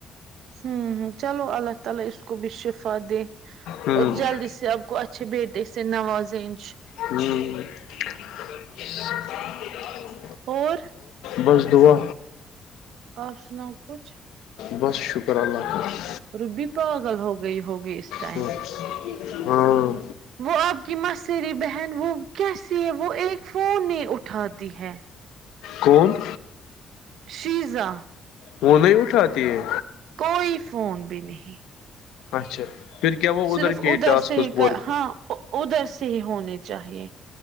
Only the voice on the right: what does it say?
ہوں ہ چلو اللہ تعالی اس کو بھی شفا دے
اور جلدی سے اب کوتھ بی ت ا اس س نوازئین
اور
آپ سناؤ کچھ
روبی پاگل ہو گئی ہوگی اس ٹائم
وہ آپ کی مصری بہن وہ کیسی ہے وہ ایک فون نہیں اٹھاتی ہے
شزا
کوئی فون بھی نہیں
صرف
ادھر
سے ہی
کر ہاں ادھر سے ہونے چاہیے